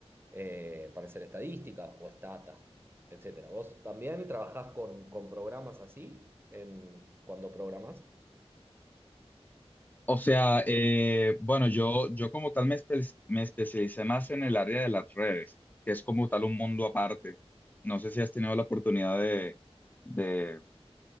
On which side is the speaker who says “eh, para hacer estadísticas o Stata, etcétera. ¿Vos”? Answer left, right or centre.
Right